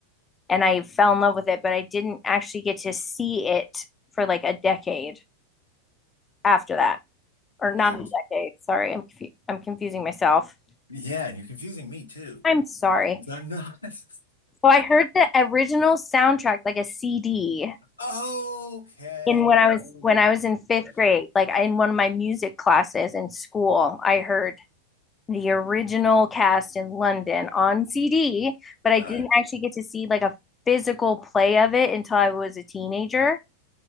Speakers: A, on the left; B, on the left.
A: and I fell in love with it, but I didn't actually get to see it for like a decade after that, or not
B: I'm,
A: a decade. Sorry, I'm confu- I'm confusing myself.
B: yeah, and you're confusing me too.
A: I'm sorry.
B: 'Cause I'm not. <laughs>
A: So I heard the original soundtrack like a CD
B: Okay.
A: in when I
B: Okay.
A: was when I was in fifth grade, like in one of my music classes in school. I heard the original cast in London on CD, but
B: Got
A: I didn't
B: it.
A: actually get to see like a physical play of it until I was a teenager.